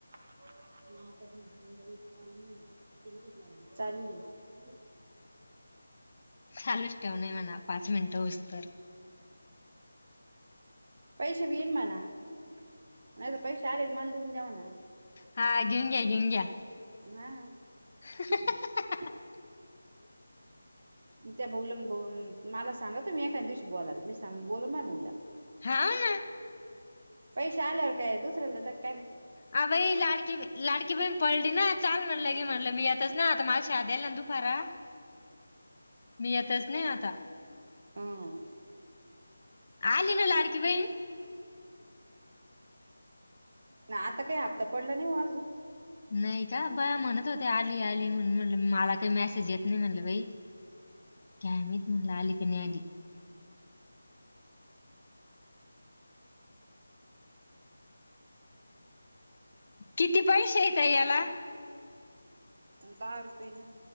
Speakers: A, on the right; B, on the left.
A: <inaudible> म <unintelligible> <inaudible> <inaudible> आता सजानंदच चाल नाही तिला क लाव चालू चालू <unintelligible> <inaudible>
B: चालूच ठेवणे म्हणा पाच मिनटं होऊस तर
A: पैसे बि येईन म्हणा नाही तरर पैसे आले माल देऊन दवाना
B: हा घेऊन घ्या घेऊन घ्या
A: हा
B: <unintelligible>
A: त्या ब मला सांगा तु मी एका दिवशी बोला मी सां बोल म बोला
B: हा <inaudible> <unintelligible>
A: पैसे आल्यावर काय दुसऱ्यांद <inaudible> <unintelligible>
B: ह भई लाडकी लाडकी बण पडली ना चाल <unintelligible> <inaudible> म्हणलं की म्हणलं मी आतच ना आता माझ शाध्याला ना दु फारा <unintelligible> मी येतच नाही आता
A: हं. <inaudible>
B: आलीन लाडकी बाई.
A: ना आता काही हापता पडला नाही ओ अजून
B: नाही का बया म्हणत होते आली आली म्हणून म्हट मला काही मेसेज येत नाही म्हटलं बाई काय माहित म्हणला आली काय नाही आली. किती पैसे येत याला
A: दहा रुपये ना